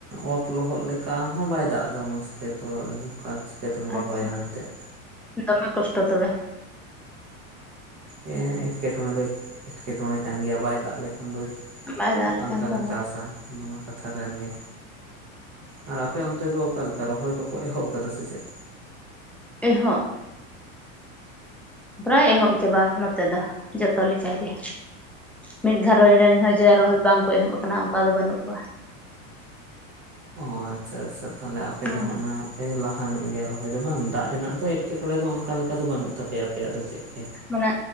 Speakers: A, on the right; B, in the centre.
A: ᱚᱛ ᱞᱚᱦᱚᱫ ᱞᱮᱠᱟ ᱦᱚᱸ ᱵᱟᱭ ᱫᱟᱜ ᱮᱫᱟ ᱢᱚᱸᱡᱽ ᱛᱮ ᱛᱚ ᱚᱠᱟ ᱪᱤᱠᱟᱹᱛᱮᱢ ᱨᱚᱦᱚ
B: ᱟᱪᱪᱷᱟ
A: ᱭᱟ ᱮᱱᱛᱮᱫ
B: ᱫᱚᱢᱮ ᱠᱚᱥᱴᱚ ᱛᱚᱵᱮ
A: ᱦᱮᱸ ᱮᱸᱴᱠᱮ ᱴᱚᱬᱮ ᱫᱚ ᱮᱸᱴᱠᱮ ᱴᱚᱬᱮ ᱠᱟᱱ ᱜᱮᱭᱟ ᱵᱟᱭ ᱫᱟᱜ ᱞᱮᱠᱷᱟᱱ ᱫᱚ
B: ᱵᱟᱭ ᱫᱟᱜ
A: ᱚᱠᱟ
B: ᱞᱮᱠᱷᱟᱱ
A: ᱞᱮᱠᱟ ᱨᱮᱢ
B: ᱫᱚ ᱦᱳᱭ
A: ᱪᱟᱥ ᱟ ᱱᱚᱣᱟ ᱢᱟ ᱠᱟᱛᱷᱟ ᱠᱟᱱ ᱜᱮᱭᱟ ᱟᱨ ᱟᱯᱮ ᱚᱱᱛᱮ ᱫᱚ ᱚᱠᱟ ᱞᱮᱠᱟ ᱨᱚᱦᱚᱭ ᱠᱚᱠᱚ ᱮᱦᱚᱵ ᱠᱟᱫᱟ ᱥᱮ ᱪᱮᱫ
B: ᱮᱦᱚᱵᱚᱜ ᱯᱮᱨᱟᱭ ᱮᱦᱚᱵ ᱪᱟᱵᱟ ᱱᱚ ᱛᱮ ᱫᱚ ᱡᱷᱚᱛᱚ ᱞᱮ ᱠᱟᱜᱮ ᱢᱤᱫ ᱜᱷᱟᱨᱚᱸᱡᱽ ᱨᱮᱱ ᱦᱚᱸ ᱡᱮ ᱨᱚᱦᱚᱲ ᱵᱟᱝ ᱠᱚ ᱮᱦᱚᱵ ᱟᱠᱟᱱᱟ ᱚᱱᱠᱟ ᱫᱚ ᱵᱟᱹᱱᱩᱜ ᱠᱚᱣᱟ
A: ᱚ ᱟᱪᱪᱷᱟ ᱟᱪᱪᱷᱟ ᱛᱟᱦᱚᱞᱮ ᱟᱯᱮ
B: ᱦᱩᱸ
A: ᱫᱚ ᱦᱟᱜ ᱚᱱᱟ ᱯᱮ ᱞᱟᱦᱟ ᱧᱚᱜ-ᱟ᱾ ᱭᱟ ᱨᱚᱦᱚᱭ ᱫᱚ ᱵᱟᱝ ᱫᱟᱜ ᱨᱮᱱᱟᱜ ᱫᱚ ᱮᱴᱠᱮᱴᱚᱬᱮ ᱫᱚ ᱚᱱᱠᱟ ᱞᱮᱠᱟ ᱫᱚ ᱵᱟᱹᱱᱩᱜ ᱛᱟᱯᱮᱭᱟ ᱟᱯᱮᱭᱟᱜ ᱫᱚ ᱪᱮᱫ ᱜᱮ
B: ᱢᱟᱱᱮ